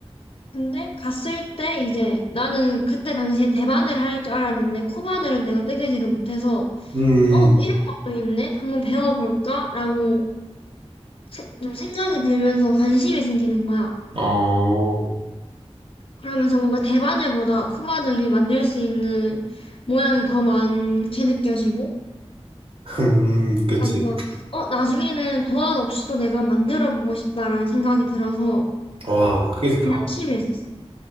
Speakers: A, on the left (about 55°); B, on the right (about 55°).
A: 근데 갔을 때 이제 나는 그때 당시에 대바늘 할 줄 알았는데 코바늘은 내가 뜨개질을 못해서
B: 음,
A: 어
B: 음.
A: 이런 것도 있네 한번 배워볼까라고 세- 좀 생각이 들면서 관심이 생기는 거야.
B: 어,
A: 그러면서 뭔가 대바늘보다 코바늘이 만들 수 있는 모양이 더 많게 느껴지고
B: <laughs> 음,
A: 내가
B: 그치.
A: 뭔가 어 나중에는 도안 없이도 내가 만들어 보고 싶다라는 생각이 들어서
B: 와, 그게
A: 조금
B: 대다.
A: 열심히 했었어.